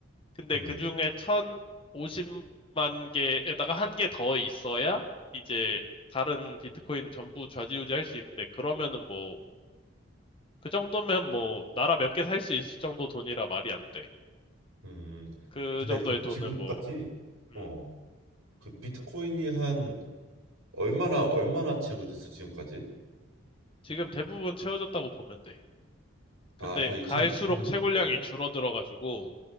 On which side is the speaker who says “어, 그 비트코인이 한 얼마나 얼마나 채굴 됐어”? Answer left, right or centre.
Right